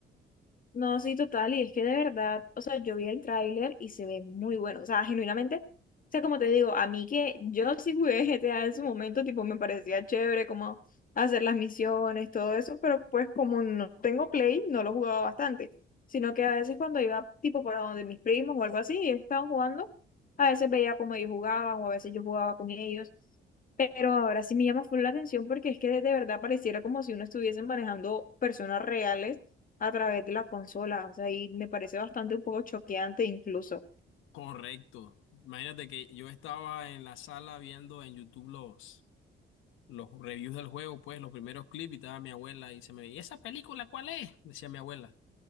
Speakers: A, on the left; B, on the left.
A: No, sí, total, y es que de verdad, o sea, yo vi el tráiler y se ve muy bueno, o sea, genuinamente, o sea, como te digo, a mí que yo sí jugué GTA en su momento, tipo, me parecía chévere como hacer las misiones, todo eso, pero pues como no tengo Play, no lo jugaba bastante, sino que a veces cuando iba tipo para donde mis primos o algo así, y ellos estaban jugando, a veces veía cómo ellos jugaban o a veces yo jugaba con ellos, pero ahora sí me llama full la atención porque es que de de verdad pareciera como si uno estuviese manejando personas reales a través de la consola, o sea, y me parece bastante un poco choqueante incluso.
B: Correcto. Imagínate que yo estaba en la sala viendo en YouTube los, los reviews del juego, pues los primeros clips y estaba mi abuela y se me veía, ¿esa película cuál es? Decía mi abuela.